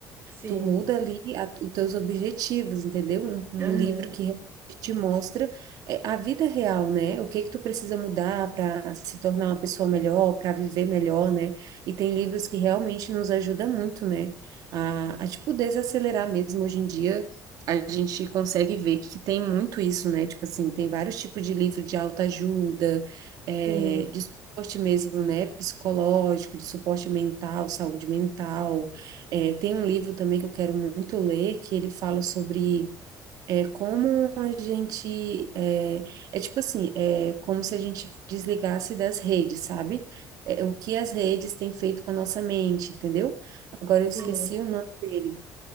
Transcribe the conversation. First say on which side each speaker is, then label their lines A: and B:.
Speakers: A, on the right (about 35°); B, on the right (about 70°).
A: Sim.
B: Tu muda ali a- os teus objetivos, entendeu? Um, um
A: Aham.
B: livro que realmente te mostra é, a vida real, né? O que que tu precisa mudar para se tornar uma pessoa melhor, para viver melhor, né? E tem livros que realmente nos ajudam muito, né? A, a tipo desacelerar mesmo hoje em dia. A gente consegue ver que tem muito isso, né? Tipo assim, tem vários tipos de livro de autoajuda, é,
A: Sim.
B: de suporte mesmo, né? Psicológico, de suporte mental, saúde mental. É, tem um livro também que eu quero muito ler, que ele fala sobre é, como a gente. É, é tipo assim, é como se a gente desligasse das redes, sabe? É, o que as redes têm feito com a nossa mente, entendeu? Agora eu esqueci
A: Sim.
B: o nome dele.